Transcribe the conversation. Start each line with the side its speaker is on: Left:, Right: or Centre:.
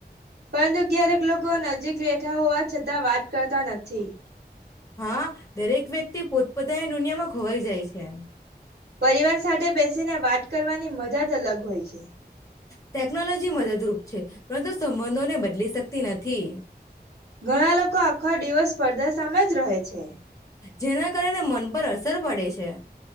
Right: પરંતુ ક્યારેક લોકો નજીક બેઠા હોવા છતાં વાત કરતા નથી.
Left: હા દરેક વ્યક્તિ પો બધા એ દુનિયામાં ખોવાઈ જાય છે.
Right: પરિવાર સાથે બેસીને વાત કરવાની મજા જ અલગ હોય છે.
Left: ટેકનોલોજી મદદરૂપ છે પરંતુ સંબંધોને બદલી શકતી નથી. થે
Right: ઘણા લોકો આખા દિવસ સ્પર્ધા સામે જ રહે છે.
Left: જેના કારણે મન પર સર પડે છે